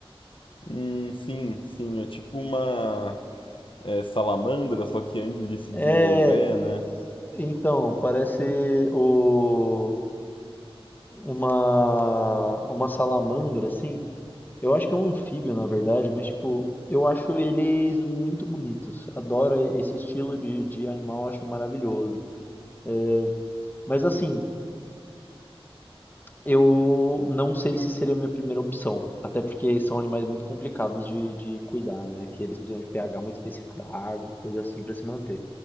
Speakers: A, on the left (about 60°); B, on the left (about 20°).
A: Hum, sim, sim, é tipo uma. é, salamandra, só que antes de se desenvolver,
B: É.
A: né?
B: Então, parece o. uma uma salamandra assim. Eu acho que é um anfíbio, na verdade, mas tipo, eu acho eles muito bonitos. Adoro esse estilo de, de animal, acho maravilhoso. É, Mas assim, eu não sei se seria a minha primeira opção, até porque são animais muito complicados de, de cuidar, né? Que eles precisam de pH muito específico da água e coisa assim para se manter.